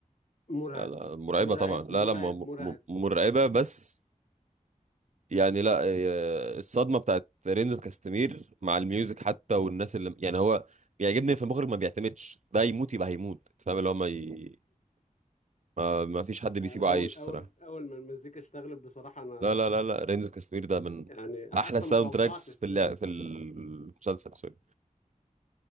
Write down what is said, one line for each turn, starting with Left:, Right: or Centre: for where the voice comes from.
Left: مرعب
Right: لا لا مرعبه
Left: مرعب
Right: طبعا لا
Left: مرعب
Right: لا م...
Left: مرعب
Right: م... مرعبه
Left: الس-
Right: بس يعني لا آه، الصدمه بتاعت رينز كاستمير مع الميوزك حتى والناس اللي يعني هو بيعجبني في المخرج ما بيعتمدش ده يموت يبقى هيموت أنت فاهم اللي هو ما, ي... ما... ما فيش حد بيسيبه
Left: أول
Right: عايش الصراحه
Left: أول أول ما المزيكا اشتغلت بصراحة أنا
Right: لا لا لا لا رينز كاستمير ده من
Left: يعني
Right: احلى
Left: حتى
Right: ساوند
Left: ما توقعتش
Right: تراكس في
Left: ده
Right: اللع... في المسلسل